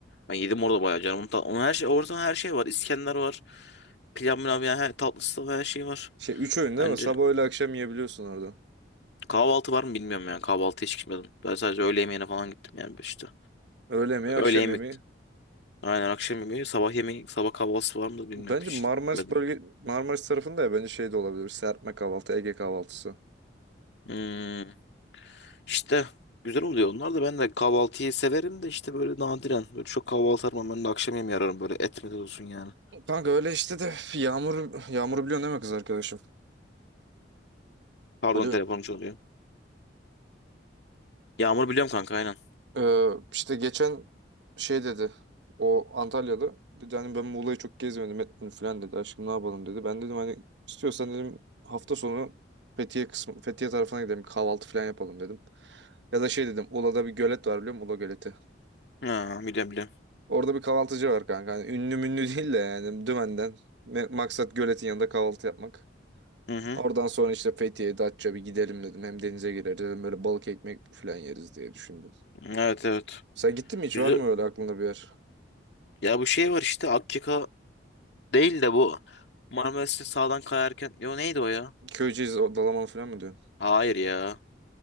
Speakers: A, on the left (about 65°); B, on the right (about 75°).
A: Ben yedim orada bayağı canım. Onun, Ta- Onun her şey, orada her şey var. İskender var. Pilav milav yani her tatlısı da her şey var.
B: Şey üç öğün değil
A: Bence
B: mi? Sabah öğle akşam yiyebiliyorsun orada.
A: kahvaltı var mı bilmiyorum yani. Kahvaltı hiç gitmedim. Ben sadece öğle yemeğine falan gittim yani işte.
B: Öğle yemeği, akşam
A: Öğle yemek.
B: yemeği.
A: Aynen akşam yemeği, sabah yemeği, sabah kahvaltısı var mı da bilmiyorum.
B: Bence
A: Hiç
B: Marmaris
A: gitmedim.
B: bölge Marmaris tarafında ya bence şey de olabilir. Serpme kahvaltı, Ege kahvaltısı.
A: Hmm. İşte güzel oluyor onlar da ben de kahvaltıyı severim de işte böyle nadiren. Böyle çok kahvaltı aramam ben de akşam yemeği ararım böyle etmede olsun yani.
B: Kanka öyle işte de Yağmur Yağmur'u biliyorsun değil mi kız arkadaşım?
A: Pardon
B: Ali
A: telefonum çalıyor. Yağmur biliyorum kanka aynen.
B: e, işte geçen şey dedi. O Antalyalı dedi hani ben Muğla'yı çok gezmedim etmedim falan dedi. Aşkım ne yapalım dedi. Ben dedim hani istiyorsan dedim hafta sonu Fethiye kısmı Fethiye tarafına gidelim kahvaltı falan yapalım dedim. Ya da şey dedim Ula'da bir gölet var biliyor musun? Ula göleti.
A: Ha, biliyorum biliyorum.
B: Orada bir kahvaltıcı var kanka. Hani ünlü münlü <laughs> değil de yani Dümen'den. Me- Maksat göletin yanında kahvaltı yapmak.
A: Hı hı.
B: Oradan sonra işte Fethiye, Datça bir gidelim dedim. Hem denize gireriz dedim. Böyle balık ekmek falan yeriz diye düşündüm.
A: Evet evet.
B: Sen gittin mi hiç?
A: Güzel.
B: Var mı öyle aklında bir yer?
A: Ya bu şey var işte Akyaka değil de bu. Marmaris'te sağdan kayarken. Yo neydi o ya?
B: Köyceğiz, o Dalaman falan mı diyorsun?
A: Hayır ya.